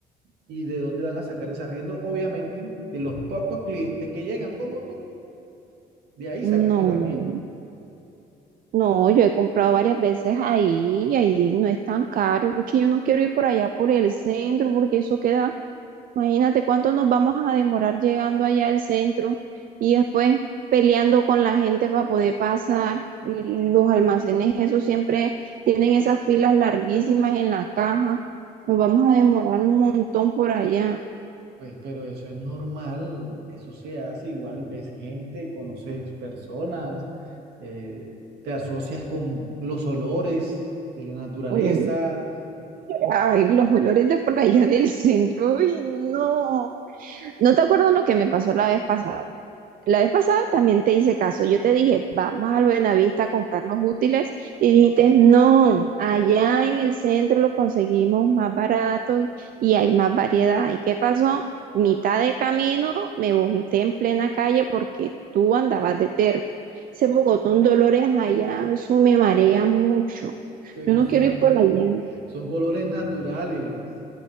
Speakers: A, on the right; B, on the right.
A: ¿Y de dónde van a sacar ese arriendo? Obviamente, de los pocos clientes que llegan, como tú. De ahí
B: No,
A: sacan el arriendo.
B: no, yo he comprado varias veces ahí y ahí no es tan caro. Es que yo no quiero ir por allá por el centro porque eso queda, imagínate cuánto nos vamos a demorar llegando allá al centro y después peleando con la gente para poder pasar. Y los almacenes, eso siempre tienen esas filas larguísimas en la caja. Nos vamos a demorar un montón por allá.
A: Pues, pero eso es normal, eso se hace igual, ves gente, conoces personas, eh, te asocias con los olores de la naturaleza,
B: Uy, ay, los olores de por allá del centro, uy, no. ¿No te acuerdas lo que me pasó la vez pasada? La vez pasada también te hice caso. Yo te dije, vamos al Buenavista a comprarnos útiles y dijiste, no, allá en el centro lo conseguimos más barato y, y hay más variedad. ¿Y qué pasó? Mitad de camino me vomité en plena calle porque tú andabas de terco. Ese Bogotón Dolores allá, eso me marea mucho.
A: pero
B: Yo no
A: son,
B: quiero ir por allá.
A: son olores naturales,